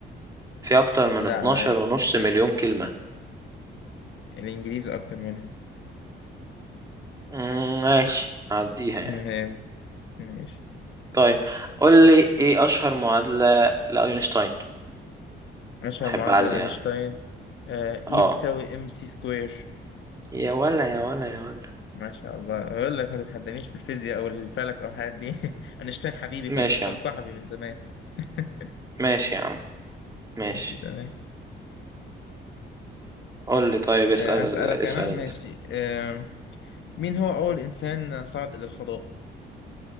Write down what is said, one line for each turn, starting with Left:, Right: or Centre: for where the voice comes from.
Right: في اكتر من
Left: لا
Right: 12
Left: لا
Right: ونص
Left: الإن-
Right: مليون كلمة
Left: الإنجليزي أكتر منها
Right: مم، ماشي هعديها
Left: تمام
Right: يعني
Left: ماشي
Right: طيب قول لي ايه اشهر معادلة لاينشتاين
Left: أشهر
Right: احب
Left: معادلة
Right: اعلي يعني
Left: أينشتاين آه
Right: اه
Left: إي بتساوي إم سي سكوير
Right: يا ولا يا ولا يا ولا
Left: ما شاء الله أقول لك ما تتحدانيش في الفيزياء أو الفلك أو الحاجات دي <laughs> أينشتاين حبيبي
Right: ماشي
Left: كان كان
Right: يا عم
Left: صاحبي من زمان <laughs>
Right: ماشي يا عم ماشي
Left: ماشي تمام
Right: قول لي طيب اسأل
Left: آه هسألك
Right: اسأل
Left: أنا ماشي
Right: انت
Left: آم، مين هو أول إنسان صعد إلى الفضاء؟